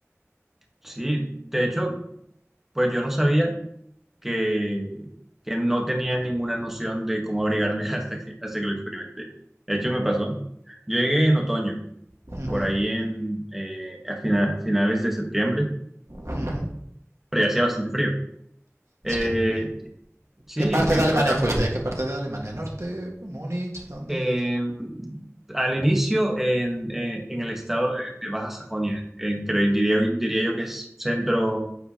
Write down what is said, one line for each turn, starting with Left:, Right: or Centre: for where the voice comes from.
Centre: Sí, de hecho, pues yo no sabía. que, que no tenía ninguna noción de cómo abrigarme <laughs> hasta que, hasta que lo experimenté. De hecho, me pasó. Yo llegué en otoño,
Right: Ujú,
Centre: por ahí en, eh, a fina- finales de septiembre,
Right: ujú.
Centre: pero ya hacía bastante frío. Eh,
Right: Es que... no-
Centre: sí,
Right: ¿Qué parte
Centre: y
Right: de
Centre: pues
Right: Alemania
Centre: la,
Right: fuiste? ¿Qué parte de Alemania? ¿Norte? ¿Múnich? ¿Dónde?
Centre: en- al inicio en, eh, en el estado de, de Baja Sajonia, eh, creo- diría, diría yo que es centro